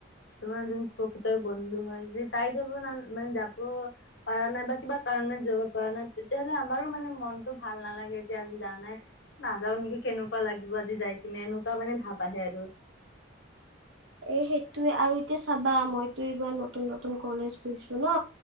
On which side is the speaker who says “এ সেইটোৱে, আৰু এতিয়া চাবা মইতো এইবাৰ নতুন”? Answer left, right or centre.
Right